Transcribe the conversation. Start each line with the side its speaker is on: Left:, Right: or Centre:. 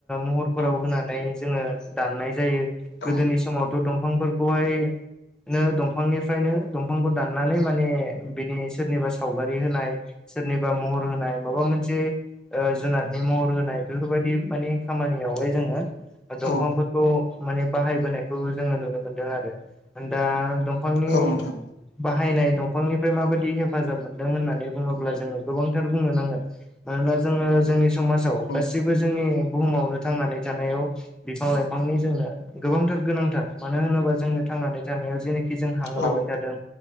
Centre: महरफोराव
Left: उम
Centre: होनानै जोङो दाननाय जायो
Left: औ
Centre: गोदोनि समाव थ दंफांफोरखौहाय नो दंफांनिफ्रायनो दंफांखौ दाननानै माने बिनि सोरनिबा साव गारि होनाय सोरनिबा महर होनाय माबा मोनसे जुनारनि महर होनाय बेफोरबायदि माने खामानियावहाय जोङो दंफांफोरखौ
Left: औ
Centre: माने बाहायबोनायखौ जोङो नुनो मोनदों आरो दा दंफांनि
Left: औ नोंथां
Centre: बाहायनाय दंफांनिफ्राय माबायदि हेफाजाब मोनो होननानै बुङोब्ला जोङो गोबांथार बुंनो नांगोन मानोना जोङो जोंनि समाजाव
Left: उम
Centre: गासिबो बो जोंनि बुहुमावनो थांनानै थानायाव बिफां लाइफांनि जोंनो गोबांथार गोनांथार मानो होनोबा जोंनो थांनानै थानाया जानाखि जों हां लाबाय
Left: औ
Centre: थादों